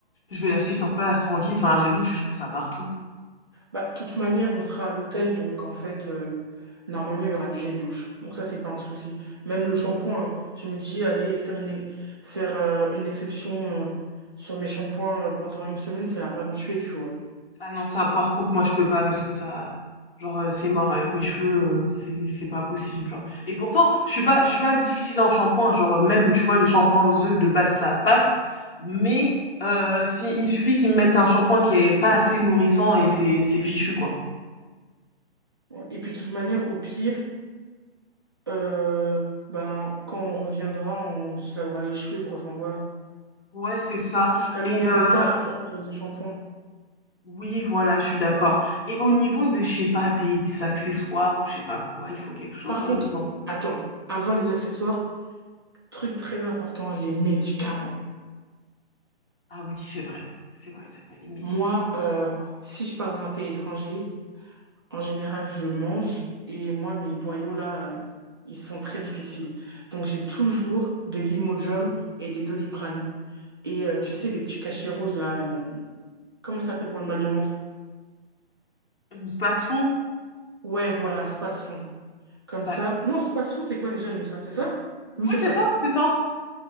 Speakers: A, on the left; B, on the right.
A: je vais l'acheter sur place, tranquille. Enfin, un gel douche, je trouve ça partout.
B: Bah, de toute manière, on sera à l'hôtel, donc en fait, euh, normalement, il y aura du gel douche. Donc ça, c'est pas un souci. Même le shampoing, hein. je me dis, allez, faire une, faire, euh, une exception, euh, sur mes shampoings euh, pendant une semaine, ça va pas me tuer, tu vois.
A: Ah non, ça, par contre, moi, je peux pas parce que ça, genre, euh, c'est mort avec mes cheveux, euh, c'est, c'est pas possible, genre. Et pourtant, je suis pas, je suis pas difficile en shampoing, genre, euh, même, tu vois, le shampoing aux œufs de base, ça passe. Mais, euh, si, il suffit qu'ils me mettent un shampoing qui est pas assez nourrissant et c'est, c'est fichu, quoi.
B: Et puis, de toute manière, au pire, euh, bah, quand on reviendra, on se lavera les cheveux, quoi. Enfin, voilà.
A: Ouais, c'est ça.
B: Si Vraiment,
A: Et
B: on
A: euh,
B: peut pas prendre de shampoing.
A: Oui, voilà, je suis d'accord. Et au niveau de, je sais pas, tes, tes accessoires ou je sais pas quoi, il faut quelque chose.
B: Par contre,
A: euh, bon.
B: attends, avant les accessoires, truc très important, les médicaments.
A: Ah oui, c'est vrai, c'est vrai, c'est vrai. Les médicaments,
B: Moi,
A: c'est super
B: euh,
A: important.
B: si je pars dans un pays étranger, en général, je mange et moi, mes boyaux là, euh, ils sont très difficiles. Donc, j'ai toujours de l'Imodium et des Doliprane. Et euh, tu sais, les petits cachets roses là, euh, comment ça s'appelle pour le mal de ventre?
A: Du spasfon,
B: Ouais, voilà, Spasfon. Comme
A: bah
B: ça. Non, Spasfon, c'est quoi déjà, mais ça, c'est ça?
A: oui,
B: Oui, c'est
A: c'est
B: ça.
A: ça, c'est ça.